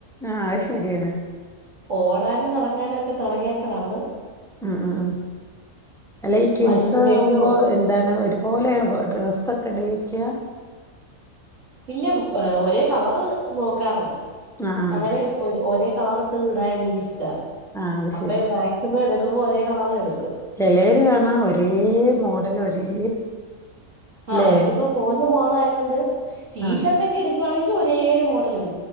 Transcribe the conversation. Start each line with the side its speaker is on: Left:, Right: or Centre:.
Centre: ആഹ് അത് ശെര്യാൺ
Right: ഓടാനും നടക്കാനും ഒക്കെ തുടങ്ങിയപ്പഴാണ്
Centre: ആ അ ആ അല്ല ഈ ട്വിൻസാവുമ്പോ
Right: വലിഞ്ഞു കയറ്റവും
Centre: എന്താണ് ഒരുപോലേണോ ഡ്രസ്സൊക്കെ ഇട ക്യാ
Right: ഇല്ല്യ ഒരേ കളർ നോക്കാറുണ്ട്
Centre: ആഹ് ആഹ്
Right: അങ്ങനെ ര് ഒരേ കളർട്ട് ഇടാൻ ന്ക്കിഷ്ടം ത്ത
Centre: ആഹ് അത്
Right: അപ്പൊ
Centre: ശരി
Right: മാക്സിമം എടു ക്കുമ്പം ഒരേ കളറ്ലെട്
Centre: ചെലര് കാണാ ഒരേ മോഡല് ഒരേ
Right: ആഹ്
Centre: ല്ലേ
Right: ഇത്പ്പൊ മോൻ നും മോളു ആയതോണ്ട് റ്റീഷർട്ടെക്കെട്
Centre: ആഹ്
Right: ക്കുവാണെങ്കി ഒരേ മോഡെലെട്